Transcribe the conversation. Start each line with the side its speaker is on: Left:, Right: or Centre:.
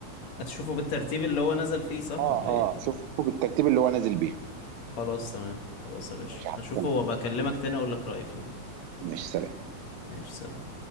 Left: هتشوفه بالترتيب اللي هو نزل فيه صح
Right: اه
Left: ولا
Right: اه
Left: ايه
Right: شوفوا بالترتيب اللي هو نازل بيه
Left: خلاص تمام خلاص يا باشا
Right: ماشي هتكلم
Left: هشوفه وبكلمك تاني اقول لك رايي فيه
Right: ماشي سلام
Left: ماشي سلام